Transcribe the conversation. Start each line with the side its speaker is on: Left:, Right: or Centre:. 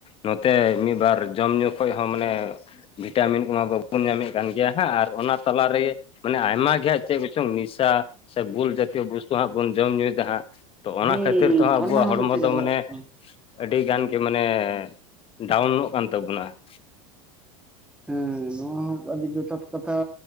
Left: ᱱᱚᱛᱮ ᱢᱤᱫᱵᱟᱨ ᱡᱚᱢ ᱧᱩ ᱠᱷᱚᱱ ᱦᱚᱸ ᱢᱟᱱᱮᱼᱼ ᱵᱷᱤᱴᱟᱢᱤᱱ ᱠᱚᱢᱟ ᱵᱟᱵᱚᱱ ᱧᱟᱢᱮᱫ ᱠᱟᱱ ᱜᱮᱭᱟ ᱦᱟᱸᱜ ᱟᱨ ᱚᱱᱟ ᱛᱟᱞᱟ ᱨᱮᱼᱼ ᱢᱟᱱᱮ ᱟᱭᱢᱟ ᱜᱮ ᱦᱟᱸᱜ ᱪᱮᱫ ᱠᱚᱪᱚᱝ ᱱᱮᱥᱟ ᱥᱮ ᱵᱩᱞ ᱡᱟᱛᱤᱭᱚ ᱵᱚᱥᱛᱩ ᱦᱟᱸᱜ ᱵᱚᱱ ᱡᱚᱢ ᱧᱩᱭᱮᱫᱟ ᱦᱟᱸᱜ, ᱛᱚ
Centre: ᱦᱩᱸ
Left: ᱚᱱᱟ ᱠᱷᱟᱹᱛᱤᱨ ᱛᱮᱦᱚᱸ ᱟᱵᱚᱣᱟᱜ
Centre: ᱚᱱᱟ ᱦᱚᱸ
Left: ᱦᱚᱲᱢᱚ
Centre: ᱢᱤᱫᱴᱤᱡ
Left: ᱫᱚ
Centre: ᱟᱵᱚᱣᱟᱜ
Left: ᱢᱟᱱᱮ
Centre: ᱦᱮᱸ
Left: ᱟᱹᱰᱤ ᱜᱟᱱ ᱜᱮ ᱢᱟᱱᱮ ᱰᱟᱹᱣᱩᱱᱚᱜ ᱠᱟᱱ ᱛᱟᱵᱚᱱᱟ ᱾
Centre: ᱦᱮᱸ ᱱᱚᱣᱟ ᱦᱚᱸ ᱟᱹᱰᱤ ᱡᱚᱛᱷᱟᱛ ᱠᱟᱛᱷᱟ